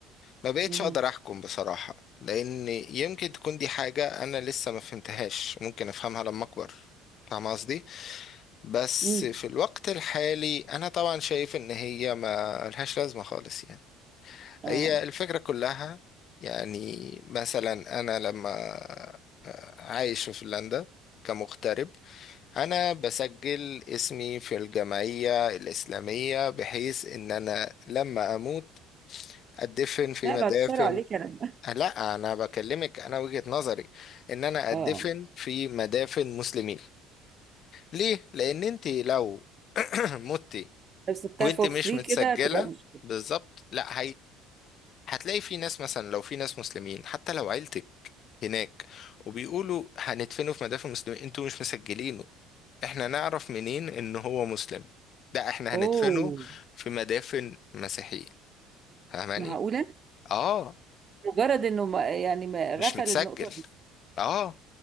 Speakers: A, on the left; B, on the right.
A: ما بقيتش
B: مم.
A: اقدر احكم بصراحة لان يمكن تكون دي حاجة انا لسه ما فهمتهاش ممكن افهمها لما اكبر فاهم قصدي بس
B: مم.
A: في الوقت الحالي انا طبعا شايف ان هي ما لهاش لازمة خالص يعني هي
B: اه
A: الفكرة كلها يعني مثلا أنا لما آه، عايش في فنلندا كمغترب أنا بسجل اسمي في الجمعية الإسلامية بحيث إن أنا لما أموت أدفن في
B: لا
A: مدافن
B: بعد الشر عليك انا
A: لا أنا بكلمك أنا وجهة نظري إن أنا أدفن
B: اه
A: في مدافن مسلمين ليه؟ لأن أنت لو <clears throat> متي
B: لو سبتها
A: وأنت
B: فور
A: مش
B: فري
A: متسجلة
B: كده تبقى مشكله
A: بالظبط لا هتلاقي في ناس مثلا لو في ناس مسلمين حتى لو عيلتك هناك وبيقولوا هندفنه في مدافن مسلمين انتوا مش مسجلينه احنا نعرف منين ان هو مسلم ده احنا
B: اوه
A: هندفنه في مدافن مسيحيين فاهماني
B: معقوله
A: اه
B: مجرد انه ما يعني ما
A: مش
B: غفل
A: متسجل
B: النقطه دي
A: اه